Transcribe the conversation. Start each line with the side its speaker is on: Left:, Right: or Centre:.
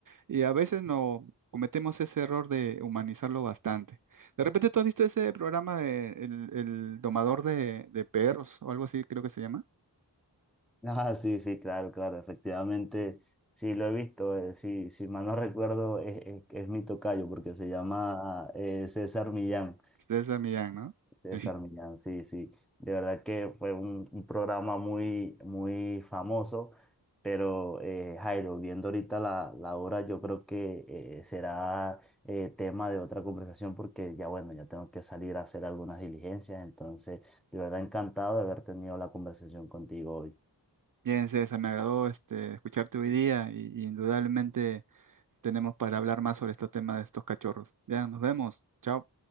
Right: Y a veces no cometemos ese error de humanizarlo bastante. De repente tú has visto ese programa de El, el domador de, de perros o algo así, creo que se llama.
Centre: Ah, sí, sí, claro, claro, efectivamente, sí lo he visto, eh, sí, si mal no recuerdo es, es- es mi tocayo porque se llama eh, César Millán.
Right: César Millán, ¿no? Sí.
Centre: César Millán, sí, sí. De verdad que fue un, un programa muy, muy famoso, pero eh, Jairo, viendo ahorita la, la hora, yo creo que eh, será eh, tema de otra conversación porque ya bueno, ya tengo que salir a hacer algunas diligencias, entonces de verdad encantado de haber tenido la conversación contigo hoy.
Right: Bien, César, me agradó este, escucharte hoy día y, y indudablemente tenemos para hablar más sobre este tema de estos cachorros. Ya, nos vemos. Chao.